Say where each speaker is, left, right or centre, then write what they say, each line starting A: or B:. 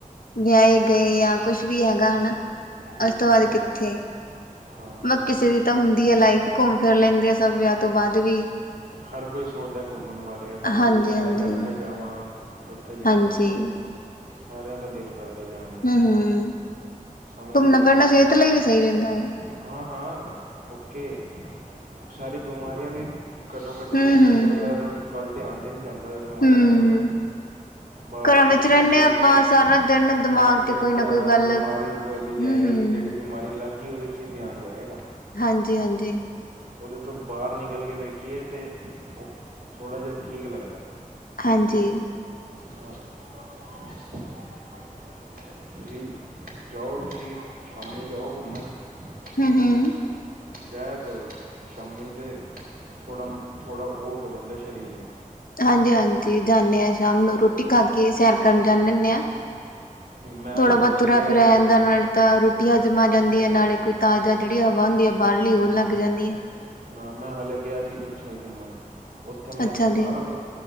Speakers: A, on the left (about 80°); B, on the right (about 85°).
A: ਵਿਆਹੀ ਗਏ ਆ ਜਾਂ ਕੁਛ ਵੀ ਹੈਗਾ ਹੈਨਾ,
B: ਹੂੰ
A: ਉਸ ਤੋਂ ਬਾਅਦ ਕਿੱਥੇ।
B: ਹਾਂ
A: ਮੈਂ ਕਿਸੇ ਦੀ ਤਾਂ ਹੁੰਦੀ ਏ ਲਾਈਫ ਘੁੰਮ ਫਿਰ ਲੈਂਦੇ ਆ ਸਭ ਵਿਆਹ ਤੋਂ ਬਾਅਦ ਵੀ।
B: ਹਰ ਕੋਈ ਸੋਚਦਾ ਘੁੰਮਣ ਬਾਰੇ ਹਰ
A: ਹਾਂਜੀ
B: ਕੋਈ ਚਾਹੁੰਦਾ
A: ਹਾਂਜੀ
B: ਮੈਂ ਇੱਥੇ ਜਾਵਾਂ। ਉੱਥੇ ਜਾਵਾਂ,
A: ਹਾਂਜੀ
B: ਸਾਰਿਆਂ ਦਾ ਦਿਲ ਕਰਦਾ। ਜਾਣ ਨੂੰ,
A: ਹੂੰ ਹੂੰ
B: ਸਮਝ
A: ਘੁੰਮਣਾ
B: ਰਹੇ ਹੋ
A: ਫਿਰਨਾ
B: ਤੁਸੀ।
A: ਸਿਹਤ ਲਈ ਵੀ ਸਹੀ ਰਹਿੰਦਾ ਹੈ
B: ਹਾਂ- ਹਾਂ, ਓਕੇ, ਸਾਰੀ ਬਿਮਾਰੀਆਂ ਵੀ ਘੱਟੋ-ਘੱਟ
A: ਹੂੰ
B: ਦੂਰ
A: ਹੂੰ
B: ਤੇ ਕਰਦਾ
A: ਹੂੰ
B: ਉਹਦੇ ਵੱਲ ਧਿਆਨ 'ਤੇ ਨਹੀਂ ਜਾਂਦਾ ਬਿਮਾਰੀਆਂ
A: ਹੂੰ
B: ਵੱਲ। ਬਾਹਰ
A: ਘਰਾਂ ਵਿੱਚ
B: ਦੀ
A: ਰਹਿੰਦੇ
B: ਚੀਜ਼ ਵੇਖ
A: ਹਾਂ ਆਪਾਂ
B: ਕੇ
A: ਸਾਰਾ ਦਿਨ ਦਿਮਾਗ
B: ਹਾਂ ਫਿਰ
A: ਤੇ ਕੋਈ ਨਾ
B: ਧਿਆਨ
A: ਕੋਈ ਗੱਲ
B: ਬਿਮਾਰੀ ਵੱਲ ਹੀ ਜਾਏਗਾ।
A: ਹੂੰ ਹੂੰ
B: ਜਿਹੜੀ ਬਿਮਾਰੀ ਲੱਗ ਗਈ ਉਹਦੇ 'ਚ ਹੀ ਧਿਆਨ ਜਾਏਗਾ।
A: ਹਾਂਜੀ-ਹਾਂਜੀ।
B: ਉਹਦੇ ਤੋਂ ਬਾਹਰ ਨਿਕਲ ਕੇ ਵੇਖੀਏ ਤੇ ਉਹ ਥੋੜ੍ਹਾ ਜਿਹਾ ਠੀਕ ਲੱਗਦਾ।
A: ਹਾਂਜੀ।
B: ਹਾਂ। <unintelligible> ਤੁਸੀ ਜਾਓ ਤੁਸੀਂ, ਸ਼ਾਮੀ ਜਾਓ ਘੁੰਮਣ
A: ਹੂੰ
B: ਫਿਰਨ।
A: ਹੂੰ
B: ਜਇਆ ਕਰੋ, ਸ਼ਾਮੀ ਤੇ ਥੋੜ੍ਹਾ, ਥੋੜ੍ਹਾ ਉਹ ਹੋ ਜਾਂਦਾ ਸਰੀਰ ਨੂੰ।
A: ਹਾਂਜੀ-ਹਾਂਜੀ ਜਾਂਦੇ ਹਾਂ ਸ਼ਾਮ ਨੂੰ ਰੋਟੀ ਖਾ ਕੇ ਸੈਰ ਕਰਨ ਜਾਂਦੇ ਹੁਣੇ ਹਾਂ।
B: ਮੈਂ ਹਾਲੇ
A: ਥੋੜਾ ਬਹੁਤ
B: ਪਿੱਛੇ
A: ਤੁਰਿਆ
B: ਗਿਆ
A: ਫਿਰਿਆ
B: ਸੀ
A: ਜਾਂਦਾ
B: ਘੁੰਮਣ
A: ਨਾਲੇ ਤਾਂ ਰੋਟੀਆਂ ਜਮਾ ਜਾਂਦੀ।
B: ਹਾਂ
A: ਨਾਲੇ ਕੋਈ ਤਾਜ਼ਾ ਜਿਹੜੀ ਹਵਾ ਹੁੰਦੀ ਹੈ ਬਾਹਰਲੀ ਉਹ
B: ਹੂੰ
A: ਲੱਗ ਜਾਂਦੀ ਏ।
B: ਹਾਂ, ਮੈਂ ਹਾਲੇ ਗਿਆ ਸੀ ਪਿੱਛੇ ਘੁੰਮਣ ਉੱਥੇ ਮੈਂ
A: ਅੱਛਾ
B: ਬਿਮਾਰ
A: ਜੀ
B: ਹੋ ਗਿਆ।